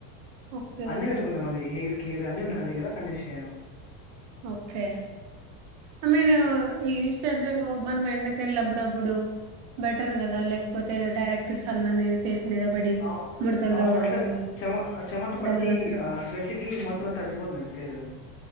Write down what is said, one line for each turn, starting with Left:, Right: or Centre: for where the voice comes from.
Right: ఓకే
Left: అన్ని పెట్టుకున్నా మరి హెయిర్ కేర్ అన్నీ ఉన్నయి నా దగ్గర కానీ యూస్ చేయను
Right: ఓకే ఐ మీన్ ఈ యూస్ చేసే సోప్ మనం ఎండకి ఎళ్ళప్పుడు అప్పుడు. బెటర్ కదా లేకపోతే డైరెక్ట్ సన్ అనేది ఫేస్ మీద పడి
Left: అవు
Right: ముడతలు
Left: అవును
Right: రావడము
Left: అంటే చెమ చెమట పట్టి
Right: డల్నెస్ రా
Left: ఆ స్వెట్కి మొత్తం తడిసిపోతుందండి ఫేసు.